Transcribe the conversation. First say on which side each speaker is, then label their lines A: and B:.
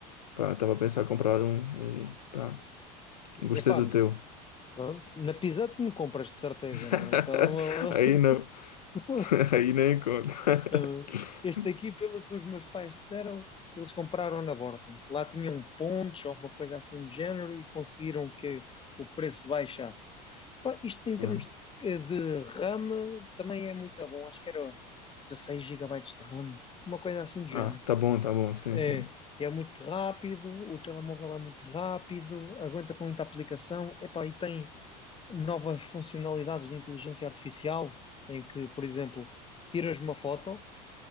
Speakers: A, on the left (about 80°); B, on the left (about 25°).
A: Pá, estava a pensar em comprar um e pá, gostei
B: epá,
A: do teu.
B: pronto, na Pisa me compras de certeza,
A: <laughs>
B: né? Um telemóvel.
A: Aí não,
B: <laughs>
A: <laughs> aí nem conta
B: Não.
A: <laughs>
B: Este aqui, pelo que os meus pais disseram, eles compraram na Borta. Lá tinham pontos, alguma coisa assim do género, e conseguiram que o preço baixasse. Pá, isto em termos
A: Ah,
B: de, eh, de RAM também é muito bom. Acho que era 16 gigabytes de RAM, uma coisa assim do género.
A: ah, tá bom, tá bom, sim,
B: É,
A: sim.
B: é muito rápido, o telemóvel é muito rápido, aguenta com muita aplicação. Epá, e tem novas funcionalidades de inteligência artificial, em que, por exemplo, tiras uma foto.